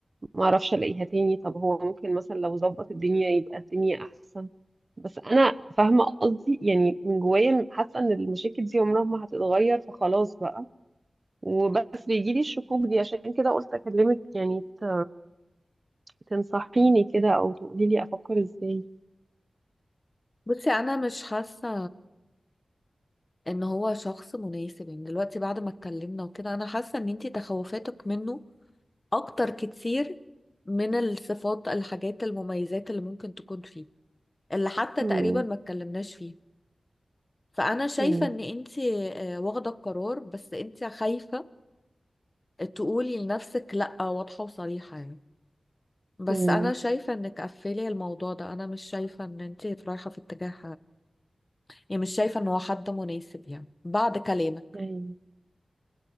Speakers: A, on the right (about 40°); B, on the left (about 30°).
A: ما اعرفش الاقيها تاني طب هو ممكن مثلا لو ظبط الدنيا يبقى الدنيا احسن بس انا فاهمه قصدي يعني من جوايا حاسه ان المشاكل دي عمرها ما هتتغير فخلاص بقى وبس بيجيلي الشكوك دي عشان كده قلت اكلمك يعني ت- تنصحيني كده او تقولي لي افكر ازاي
B: بصي انا مش حاسة ان هو شخص مناسب يعني دلوقتي بعد ما اتكلمنا وكده انا حاسة ان انتي تخوفاتك منه اكتر كتير من الصفات الحاجات المميزات اللي ممكن تكون فيه اللي حتى
A: مم.
B: تقريبا ما اتكلمناش فيه فانا شايفة
A: مم.
B: ان انتي آه، واخدة القرار بس انتي خايفة تقولي لنفسك لا واضحة وصريحة يعني بس
A: مم.
B: انا شايفه انك قفلي الموضوع ده انا مش شايفه ان انت رايحه في اتجاه يعني مش شايفه ان هو حد مناسب يعني بعد كلامك
A: أيوة